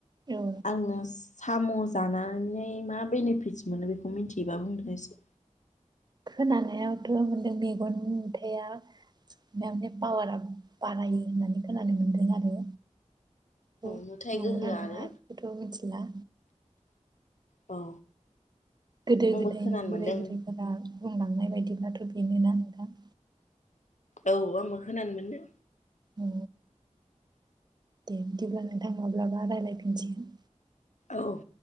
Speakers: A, on the right; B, on the left.
A: औ
B: आंनो साम' जानानै मा बेनिफिटस मोनो बेखौ मिन्थियोबा बुंदों एसे?
A: खोनानायाव थ' मोनदों मेगन नुथाया माने पावारा बारायो होननानै खोनानो मोनदों आरो औ
B: नुथाय
A: नंगौना
B: गोहोआनो
A: नङा बेखौथ' मोनथिला
B: औ
A: गोदो
B: आंबो
A: गोदायनि
B: खोनानो
A: बोराय
B: मोनदों
A: बुरैफोरा बुंलांनाय बायदिब्लाथ' बेनोना नोंथां?
B: औ आंबो खोनानो मोनदों
A: औ दे बिदिब्ला नोंथां माब्लाबा रायलायफिनसिगोन।
B: औ